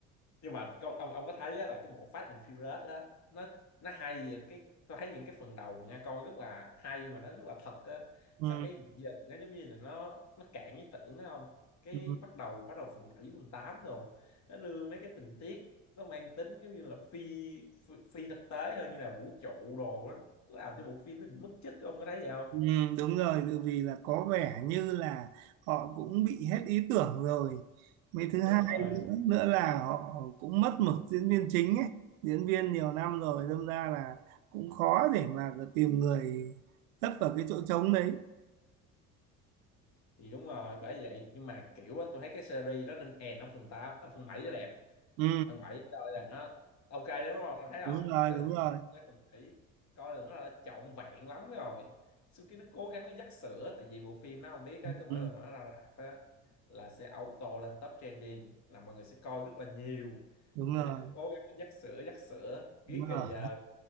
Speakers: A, on the left (about 40°); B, on the right (about 75°).
A: nhưng mà câu ông ông có thấy á, là cái bộ Fast and Furious á nó nó hay vậy. cái tôi thấy những cái phần đầu nha coi rất là hay mà nó rất là thật á
B: Ừ.
A: xong cái dần nó giống như là nó nó cạn ý tưởng á không cái
B: Ừ.
A: bắt đầu bắt đầu phần 7 phần 8 đồ nó đưa mấy cái tình tiết nó mang tính giống như là phi phi, phi thực tế hơn như là vũ trụ đồ á Nó làm cho bộ phim nó bị mất chất ông có thấy vậy không
B: Ừ, đúng rồi, tự vì là có vẻ như là họ cũng bị hết ý tưởng rồi. Mấy thứ
A: đúng
B: hai
A: rồi
B: nữa, nữa là họ cũng mất mực diễn viên chính ấy, diễn viên nhiều năm rồi, đâm ra là cũng khó để mà tìm người lấp vào cái chỗ trống đấy.
A: thì đúng rồi bởi vậy nhưng mà kiểu á tôi thấy cái series đó nên end ở phần tám ở phần 7 nó đẹp
B: Ừ,
A: thằng Bảy coi là nó ok lắm đúng không ông thấy không
B: đúng rồi,
A: từ
B: đúng rồi,
A: cái phần 7 coi là nó là trọn vẹn lắm rồi sau khi nó cố gắng nó dắt sữa tại vì bộ phim nó không biết á
B: ừ,
A: cứ mỗi lần mà nó ra rạp á là sẽ auto lên top trending là mọi người sẽ coi rất là nhiều
B: đúng
A: vì vậy
B: rồi,
A: nó cứ cố gắng nó dắt sữa dắt sữa biết
B: đúng
A: kì
B: rồi,
A: giờ